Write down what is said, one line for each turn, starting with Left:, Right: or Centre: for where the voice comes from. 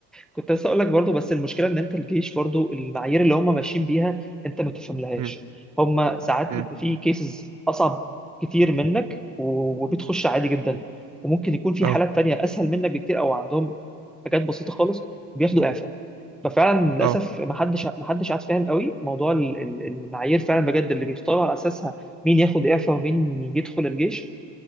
Centre: كنت لسه اقول لك برضو بس المشكله ان انت الجيش برضو المعايير اللي هم ماشيين بيها انت ما تفهملهاش
Right: مم.
Centre: هم ساعات
Right: مم.
Centre: بيبقى فيه كيسز اصعب كتير منك و- وبتخش عادي جدا وممكن يكون في
Right: اه
Centre: حالات تانية اسهل منك بكتير او عندهم حاجات بسيطه خالص بياخدوا اعفاء ففعلا للاسف
Right: اه
Centre: ما حدش ما حدش قاعد فاهم قوي موضوع ال- ال- المعايير فعلا بجد اللي بيختاروا على اساسها مين ياخد اعفاء ومين يدخل الجيش